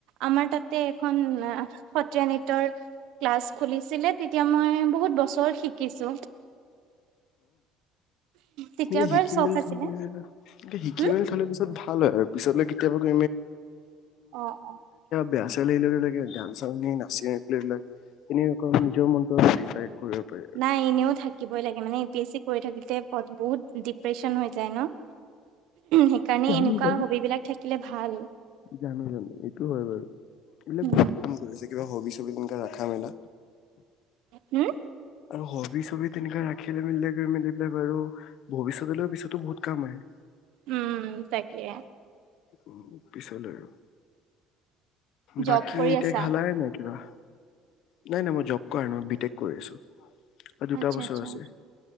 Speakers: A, on the right (about 70°); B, on the left (about 60°).
A: আমাৰ তাতে এখন সত্ৰীয়া নৃত্যৰ ক্লাছ খুলিছিলে, তেতিয়া মই বহুত বছৰ শিক শিকিছো। তেতিয়াৰ
B: এ,
A: পৰাই
B: শিকি
A: চখ
B: মেলি
A: আছিলে
B: থলে এ শিকি
A: হম
B: মেলি থলে পিছত ভাল হয় আৰু। পিছলৈ কেতিয়াবা <unintelligible> <unintelligible>
A: অ অ
B: বেয়া <unintelligible> গান-চান শুনি নাচি <unintelligible> নিজৰ মনতো <unintelligible> কৰিব পাৰি আৰু।
A: নাই এনেও থাকিবই লাগে, মানে এ পি এছ চি কৰি থাকিতে বহুত ডিপ্ৰেচন হৈ যায় ন'? সেইকাৰণে
B: জানো
A: এনেকুৱা
B: বাৰু
A: হবি বিলাক থাক থাকিলে ভাল।
B: জানো জানো এইটো হ'য় বাৰু, এইবিলাক
A: উম।
B: <unintelligible> কাম কৰিছে। কিবা হবি-ছবি তেনেকে ৰখা মেলা।
A: হম
B: আৰু হবি ছবি তেনেককাা ৰাখিলে মিলিলে গৈ মেলি পেলাই বাৰু ভৱিষ্যতেলৈ পিছতো বহুত কাম আহে
A: উম তাকে
B: উ পিছলৈ আৰু
A: জব
B: বাকী
A: কৰি
B: এতিয়া
A: আছা?
B: ঘালাইে নাই কিবা নাই নাই মই জব কৰা নহয় বি টেক কৰি আছো আৰু দুটা
A: আচ্ছা,
B: বছৰ
A: আচ্ছা,
B: আছে